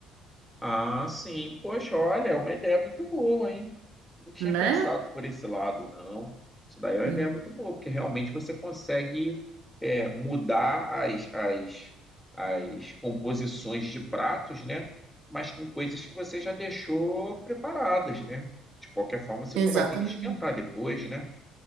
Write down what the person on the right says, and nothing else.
né?
Hum,
Exatamente.